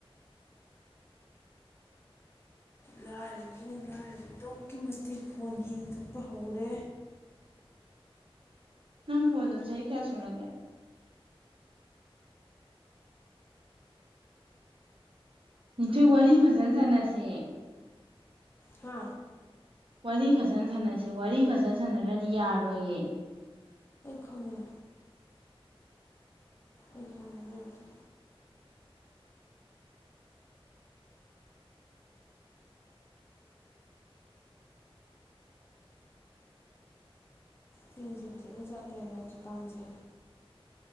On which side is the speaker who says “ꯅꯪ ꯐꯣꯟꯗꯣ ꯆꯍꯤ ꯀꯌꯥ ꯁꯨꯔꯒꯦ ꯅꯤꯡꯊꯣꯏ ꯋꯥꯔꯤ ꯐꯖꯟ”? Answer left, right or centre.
Right